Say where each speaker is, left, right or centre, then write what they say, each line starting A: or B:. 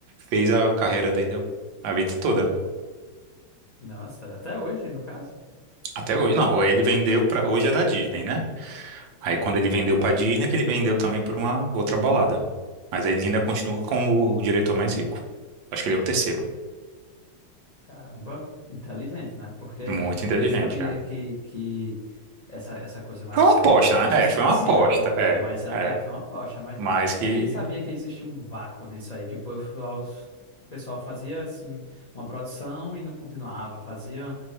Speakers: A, on the right; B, on the left.
A: fez a carreira dele a vida toda.
B: Nossa, até hoje, no caso?
A: Até hoje. Não, ele vendeu pra. Hoje é da Disney, né? Aí quando ele vendeu pra Disney, que ele vendeu também pra uma outra balada. Mas ele ainda continua como o diretor mais rico. Acho que ele é o terceiro.
B: Caramba, inteligente, né? Porque
A: Muito inteligente,
B: ele sabia
A: é.
B: que, que essa, essa coisa mais
A: Foi uma
B: nerd,
A: aposta,
B: mais
A: né?
B: espacial,
A: É, foi uma aposta, é,
B: mais. a-
A: é.
B: É, foi uma aposta, mas
A: Mas que.
B: ele ele sabia que existia um vácuo nisso aí, que o pessoal, o pessoal fazia, assim, uma produção e não continuava, fazia